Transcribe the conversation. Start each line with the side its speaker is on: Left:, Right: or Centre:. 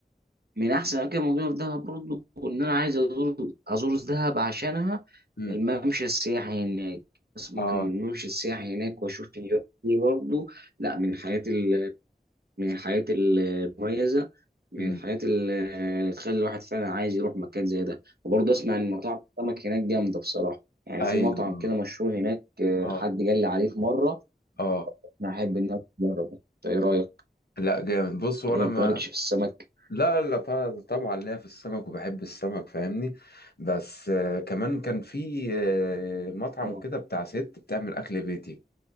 Right: من احسن الاماكن الموجوده في دهب برضه ان انا عايز ازور ازور دهب عشانها
Left: امم
Right: الممشى السياحي هناك اسمع
Left: اه
Right: عن الممشى السياحي هناك واشوف فيديوهات دي برضه لا من الحاجات ال... من الحاجات ال- المميزه من
Left: امم
Right: الحاجات ال- اللي تخلي الواحد فعلا عايز يروح مكان زي ده وبرضه اسمع ان مطاعم السمك هناك جامده بصراحه يعني
Left: ايوه
Right: في مطعم
Left: اه
Right: كده مشهور هناك آه،
Left: اه
Right: حد قال لي عليه في مره
Left: اه
Right: انا احب ان انا اجربه إنت ايه رايك
Left: لا جامد بص وانا
Right: ولا انت
Left: ما
Right: مالكش في السمك
Left: لا لا طبعا طبعاً ليا في السمك وبحب السمك فاهمني بس آه كمان كان في آه مطعم
Right: آه.
Left: كده بتاع ست بتعمل اكل بيتي